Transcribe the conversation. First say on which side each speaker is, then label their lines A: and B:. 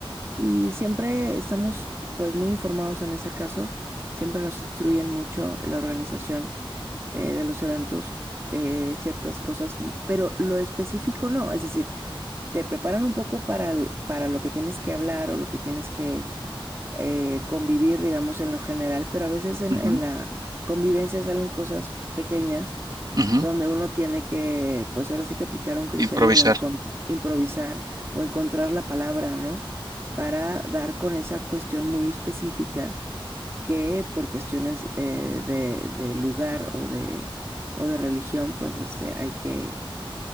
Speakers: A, on the right; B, on the right.
A: y siempre estamos pues muy informados en ese caso, siempre nos instruyen mucho la organización eh, de los eventos, eh, ciertas cosas, pero lo específico no, es decir, te preparan un poco para, el- para lo que tienes que hablar o lo que tienes que eh, convivir, digamos, en lo general, pero a veces en,
B: Ujú,
A: en la convivencia salen cosas pequeñas
B: ujú.
A: donde uno tiene que, pues ahora sí que aplicar un criterio
B: Improvisar.
A: o encon- improvisar o encontrar la palabra, ¿no? Para dar con esa cuestión muy específica que por cuestiones eh, de, de lugar o de, o de religión, pues este, hay que,